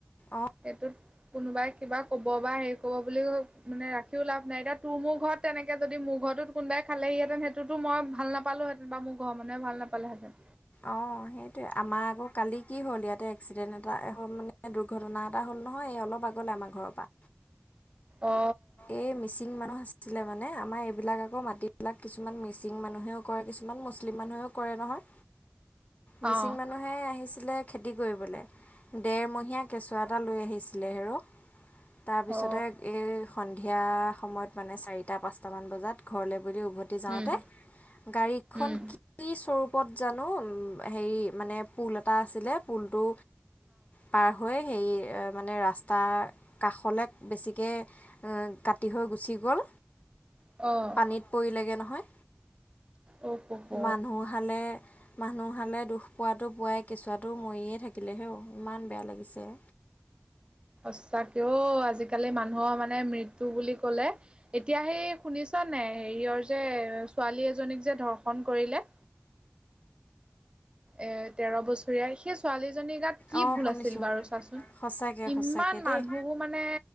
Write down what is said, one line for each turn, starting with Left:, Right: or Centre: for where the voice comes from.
Left: অঁ
Right: সেইটোত কোনোবাই কিবা কব বা হেৰি কব বুলি মানে ৰাখিও লাভ নাই এতিয়া তোৰ মোৰ ঘৰত তেনেকে যদি মোৰ ঘৰতো কোনাই খালেহিতেন সেইটোতো মই ভাল নাপা পালোহেঁতেন বা মোৰ ঘৰৰ মানহে ভাল নাপালেতেন।
Left: অ, সেইটয়ে আমাৰ আকৌ কালি কি হ'ল ইয়াতে এক্সিডেণ্ট এটা হ'ল মানে দুৰ্ঘটনা এটা হ'ল নহয় এই অলপ আগলে আমাৰ ঘৰৰ পৰা।
Right: অ
Left: এই মিচিং মানুহ আছ আছিলে মানে আমাৰ এইবিলাক আকৌ মাটিবিলাক কিছুমান মিচিং মানুহেও কৰে কিছুমান মুছলিম মানুহেও কৰে নহয়। মিচিং
Right: অ
Left: মানুহে আহিছিলে খেতি কৰিবলে ডেৰমহীয়া কেঁচুৱাত টা লৈ আহিছিলে হেৰো তাৰপিছ
Right: অ অ
Left: সন্ধিয়া সময়ত মানে চাৰিটা পাঁচটামান বজাত ঘৰলৈ বুলি উভ যাওঁতে
Right: উম
Left: গাড়ীখন
Right: উম
Left: কি কি স্বৰূপত জানো উ হেৰি মানে পুল এটা আছিলে পুলটো পাৰ হৈ সেই মানে ৰাস্তা কাষলৈ বেছিকে কাটি হৈ গুচি গ'ল।
Right: অঁ।
Left: পৰিলেগে নহয়,
Right: অ হ
Left: মানুহ হালে মানুহ হালে দুখ পোৱাটো পোৱাই কেঁচুৱাটো মৰিয়ে থাকিলে হেও ইমান বেয়া লাগিছে।
Right: সঁচা কেও আজিকালি মানুহৰ মানে মৃত্যু বুলি কলে এতিয়াহে শুনি ছ নে হেৰিয়ৰ যে ছোৱালী এজনীক যে ধৰ্ষন কৰিলে। এ তেৰ বছৰীয়া সেই ছোৱালীজনী গাত কি
Left: অঁ
Right: ভুল
Left: শুনিছোঁ
Right: আছিল বাৰু চাচোন
Left: সঁচাকৈ
Right: ইমান
Left: সঁচাকৈ দেই
Right: মানুহ মানে